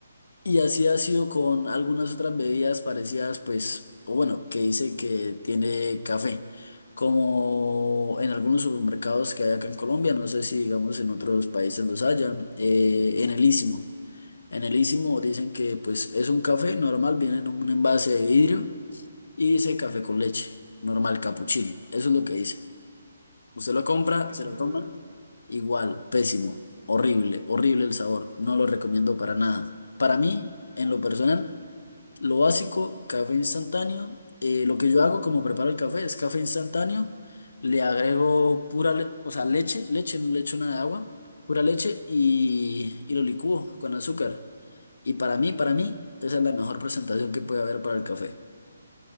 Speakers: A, on the left; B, on the right.
A: Y así ha sido con algunas otras bebidas parecidas, pues, o bueno, que dice que tiene café, como en algunos supermercados que hay acá en Colombia, no sé si digamos en otros países los hayan, eh, en el Istmo. En el Ísimo dicen que pues es un café normal, viene en un envase de vidrio y dice café con leche, normal capuchino. Eso es lo que dice. Usted lo compra,
B: Oye,
A: se lo
B: yo
A: toma,
B: de verdad,
A: igual, pésimo, horrible, horrible el sabor. No lo recomiendo para nada. Para mí, en lo personal, lo básico, café instantáneo. Eh, lo que yo hago como preparo el café es café instantáneo. Le agrego pura, le- o sea, leche, leche, no le echo nada de agua, pura leche y, y lo licúo con azúcar. Y para mí, para mí, esa es la mejor presentación que puede haber para el café.